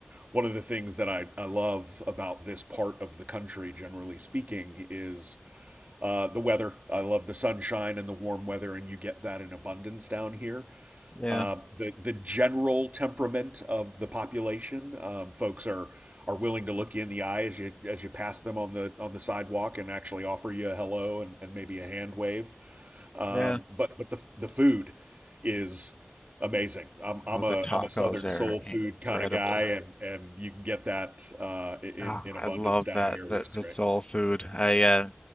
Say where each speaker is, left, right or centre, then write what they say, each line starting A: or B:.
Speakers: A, on the right; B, on the left.
A: one of the things that I, I love about this part of the country, generally speaking, is uh, the weather, I love the sunshine and the warm weather, and you get that in abundance down here.
B: yeah,
A: Uh, the the general temperament of the population, um, folks are are willing to look you in the eye as you as you pass them on the on the sidewalk and actually offer you a hello and, and maybe a hand wave. Um,
B: yeah.
A: but but the the food is amazing. I'm I'm
B: Oh, the
A: a
B: tacos
A: I'm a Southern
B: are
A: soul food
B: incredible.
A: kind of guy, and and you can get that uh, in
B: Ah,
A: in abundance
B: I love
A: down
B: that
A: here,
B: the
A: which is
B: the
A: great.
B: soul food. I uh,